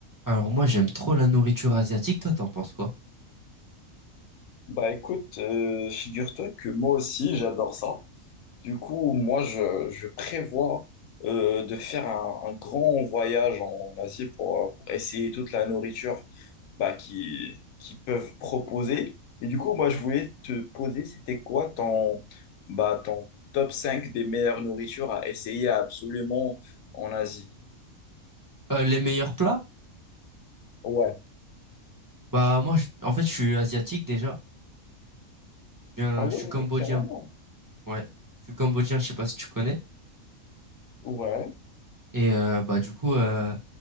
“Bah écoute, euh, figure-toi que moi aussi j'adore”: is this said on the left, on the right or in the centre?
Left